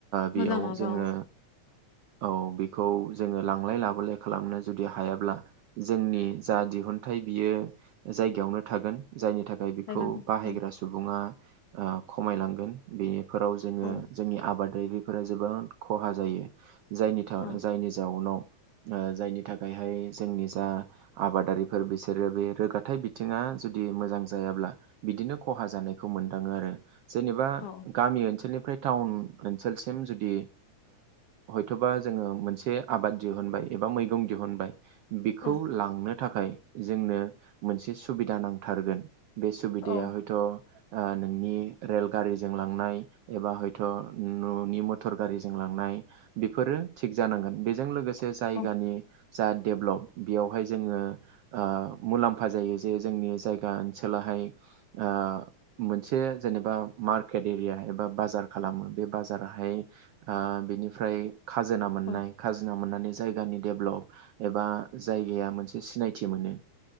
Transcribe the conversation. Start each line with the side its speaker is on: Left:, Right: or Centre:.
Right: बेयाव
Left: मोजां नङाबा
Right: जोङो
Left: औ
Right: औ बिखौ जोङो लांलाय लाबोलाय खालामनो जुदि हायाब्ला जोंनि जा दिहुनथाइ बियो जायगायावनो थागोन जायनि थाखाय बेखौ
Left: जायगानि थाखाय
Right: बाहायग्रा सुबुङा खमायलांगोन बेनिफोराव जोङो
Left: औ
Right: जोंनि आ आबादायगिरिफोरा जोबां खहा जायो जायनि
Left: औ
Right: जायनि जाउनाव जायनि थाखायहाय जोंनि जा आबादारिफोर बिसोरो बे रोगााथाइ बिथिङा जुदि मोजां जायाब्ला बिदिनो खहा जानायखौ मोनदाङो आरो जेनेबा
Left: औ
Right: गामि ओनसोलनिफ्राय टाउन ओनसोलसिम जुदि हयथ'बा जोङो मोनसे आबाद दिहुनबाय एबा मैगं दिहुनबाय बेखौ
Left: औ
Right: लांनो थाखाय जोंनो मोनसे सुबिदा नांथारगोन बे सुबिदाया
Left: औ
Right: हयथ' नोंनि रेलगारिजों लांनाय एबा हयथ' न'नि मथर गारिजों लांनाय बेफोरो थिग जानांगोन बेजों लोगोसे मोनसे जायगानि
Left: औ
Right: जा डेभलप बेयावहाय जोङो आ मुलाम्फा जायो जे जोंनि जायगा ओनसोलहाय आ मोनसे जेनेबा मार्केट एरिया एबा बाजार खालामो बे बाजाराहाय आ बिनिफ्राय खाजोना मोननाय
Left: औ
Right: खाजोना मोननानै जायगानि डेभलप एबा जायगाया मोनसे सिनायथि मोनो